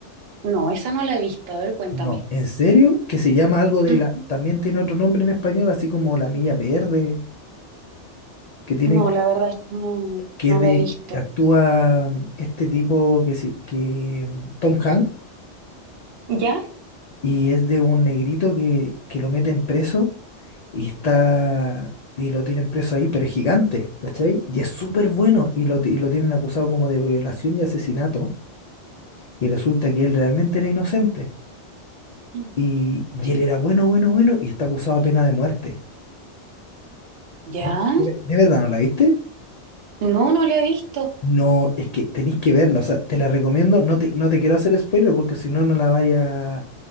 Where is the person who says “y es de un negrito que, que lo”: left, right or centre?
Left